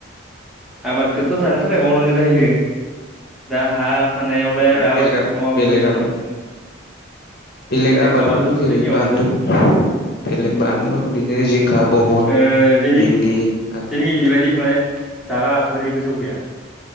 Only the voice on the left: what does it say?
ओरैनो
बेलेग
बेलेग
आबाद बेलेग आबादफोरखौ
जेरै
बानलु बेलेग बानलु बिदिनो बहल
भिन्दि आरो